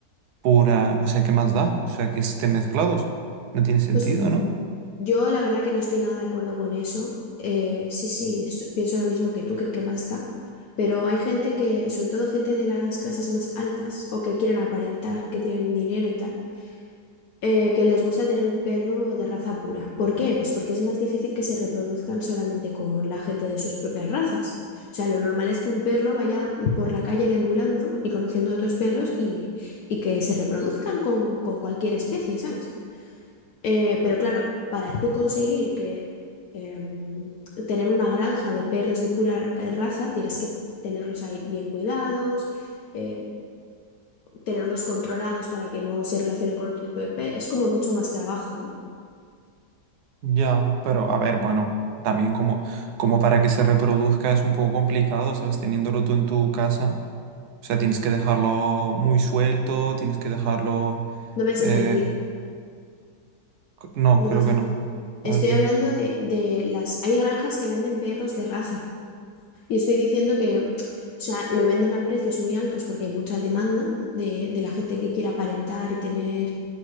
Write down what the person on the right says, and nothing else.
pura? O sea, ¿qué más da? O sea, que estén mezclados. No tiene sentido,
¿no?
Ya, pero a ver, bueno, también como, como para que se reproduzca es un poco complicado, ¿sabes? Teniéndolo tú en tu casa. O sea, tienes que dejarlo muy suelto, tienes que dejarlo...
eh,
c- no,
creo
que
no. A
ver, dime.